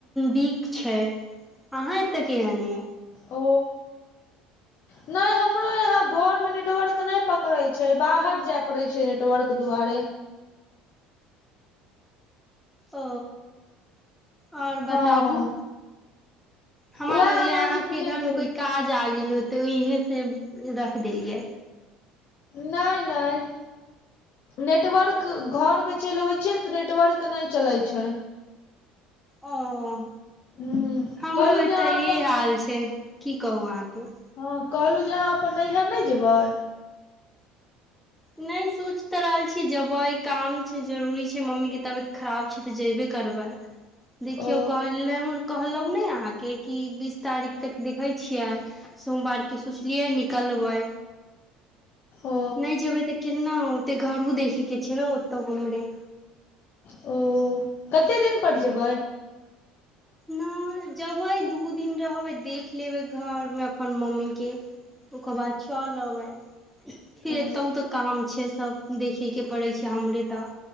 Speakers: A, in the centre; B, on the left.
A: वीक छै। अहाँ एतऽ केह नहि
B: ओ। नहि हमरो यहाँ घरमे नेटवर्क नहि पकड़ैत छै, बाहर जाय पड़ैत छै, नेटवर्क दुआरे।
A: ओ, आओर
B: हँ
A: बताबू। हमरा
B: उएह
A: लगले
B: हम अहाँ
A: अहाँकेँ
B: से पूछैत
A: घरमे
B: रही
A: कोई काज आग होते। तऽ इहसे रख देलियै।
B: नहि, नहि। नेटवर्क घरमे चलि अबै छियै ने तऽ नेटवर्क नहि चलैत छै।
A: ओ
B: हूँ
A: हमरो
B: कहलहुँ
A: एतऽ
B: जे अहाँ अपन
A: इहे हाल छै, की कहू अहाँकेँ
B: हँ, कहलहुँ जे अहाँ अपन नैहर नहि जेबै?
A: नहि सोचि तऽ रहल छियै, जेबै काम छै, जरूरी छै, मम्मीकेँ तबियत खराब छै, तऽ जेबे करबै। देखियौ
B: ओ
A: काल लऽ कहलहुँ ने अहाँकेँ कि बीस तारीख तक देखैत छियै। सोमवारके सोचलियै निकलबै
B: ओ
A: नहि जेबै। तऽ केना ओते घरो देखे के छै ने ओतौ हमरे।
B: ओ, कते दिन पर जेबै?
A: नहि जेबै दू दिन रहबै देख लेबै घरमे अपन मम्मीके। ओकार बाद च आलब। फिर
B: ओ
A: एतहु तऽ काम छै, सभ देखे के पड़े छै, हमरे तऽ